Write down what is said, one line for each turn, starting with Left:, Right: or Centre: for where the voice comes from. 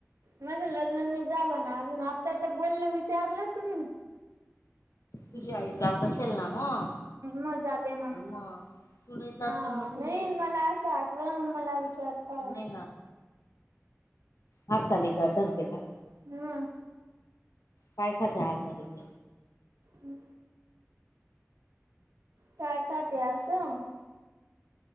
Right: माझ्या लग्नानी झालं ना अजून आता तर बोललं विचारलं तुम्ही
Left: तुझी
Right: हम्
Left: आई जात असेल ना मग
Right: मजज ना
Left: मग तु नाही जात पण
Right: हा
Left: मग
Right: नाही
Left: तुझ्या आई
Right: मला असं वाटलं मला विचारता
Left: नाही हारताल का धरते का
Right: मग
Left: पैसाा तयार झाले
Right: ह काय खाते आस. हम्